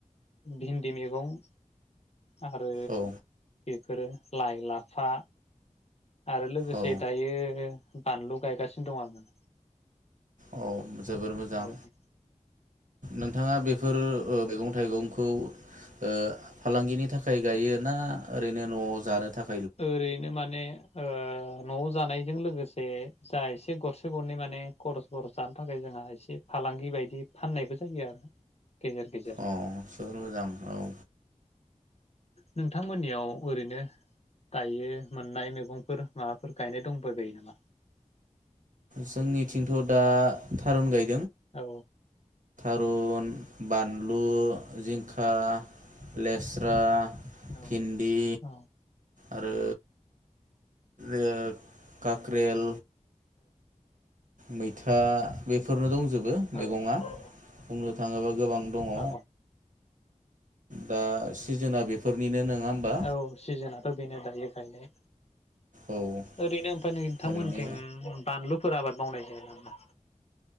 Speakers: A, on the left; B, on the right.
A: बिन्दि मेगं आरो
B: औ
A: फोरो लाइ लाफा आरो लोगोसे
B: औ
A: दायो बानलु गायगासिनो दं आङो।
B: औ मोज जोबोर मोजां
A: औ
B: नोंथाङा बेफोर ओ मैगं थाइगंखौ ओ फालांगिनि थाखाय गायो ना ओरैनो नआव जानो थाख
A: ओरैनो माने ओ नआव जानायजों लोगोसे जा एसे गरसे गरनै माने खरस बरस जानो थाखाय जोंहा एसे फालांगि बायदि फाननायबो जायो आरो। गेजेर गेजेर
B: अ जोबोर मोजां औ
A: नोंथांमोननियाव ओरैनो दायो मोननाय मैगंफोर माबाफोर गायनाय दंबायबायो नामा?
B: जोंनिथिंथ दा थारुन गाय
A: औ
B: थारुन बानलु जिंखा लेस्रा
A: औ
B: भिन्दि।
A: औ
B: आरो। ओ काक्रेल मैथा बेफोरनो दंजोबो
A: औ
B: मैगंआ बुंनो थाङोबा गोबां दङ।
A: औ
B: दा जोना बेफोरनिनो नोङा होमबा?
A: औ सिजोनाथ' बेनो दायो गायनाय।
B: औ
A: ओरैनो ओमफ्राय नोंथांमोनथिं
B: ओरैनो
A: बानलु। फोर आबाद मावनाय जाया नामा?